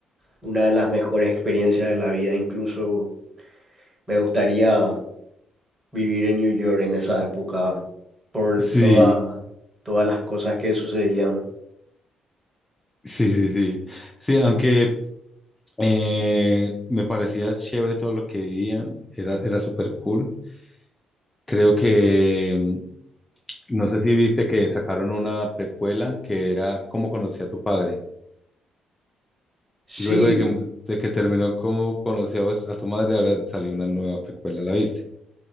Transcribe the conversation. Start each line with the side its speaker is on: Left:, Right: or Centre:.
Right: una de las mejores experiencias de la vida. Incluso me gustaría vivir en New York en esa época por
Left: Sí,
Right: toda- todas las cosas que sucedían.
Left: sí, sí, sí. Sí, aunque eh, me parecía chévere todo lo que vivían, era, era súper cool. Creo que No sé si viste que sacaron una precuela que era ¿Cómo conocí a tu padre?
Right: Sí,
Left: Luego de que, de que terminó ¿Cómo conocí a, vos- a tu madre? Ahora salió una nueva precuela, ¿la viste?